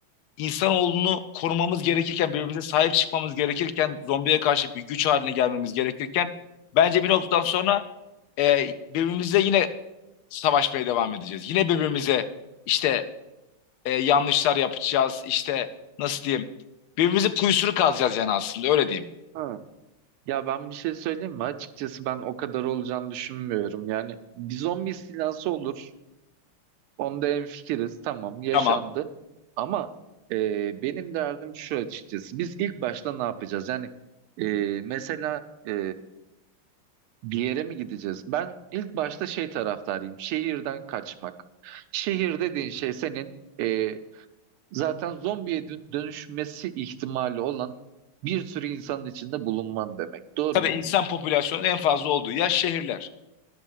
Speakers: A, on the left; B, on the right.
A: insanoğlunu korumamız gerekirken, birbirimize sahip çıkmamız gerekirken, zombiye karşı bir güç haline gelmemiz gerekirken bence bir noktadan sonra e, birbirimize yine savaşmaya devam edeceğiz. Yine birbirimize işte e, yanlışlar yapacağız. İşte nasıl diyeyim? Birbirimizin kuyusunu kazacağız yani aslında öyle diyeyim.
B: Ha. Ya ben bir şey söyleyeyim mi? Açıkçası ben o kadar olacağını düşünmüyorum. Yani bir zombi istilası olur. Onda hemfikiriz. Tamam yaşandı.
A: Tamam.
B: Ama e, benim derdim şu açıkçası. Biz ilk başta ne yapacağız? Yani e, mesela e, Bir yere mi gideceğiz? Ben ilk başta şey taraftarıyım. Şehirden kaçmak. Şehir dediğin şey senin e, zaten zombiye dö- dönüşmesi ihtimali olan bir sürü insanın içinde bulunman demek. Doğru
A: Tabii
B: mu?
A: insan popülasyonunun en fazla olduğu yer şehirler.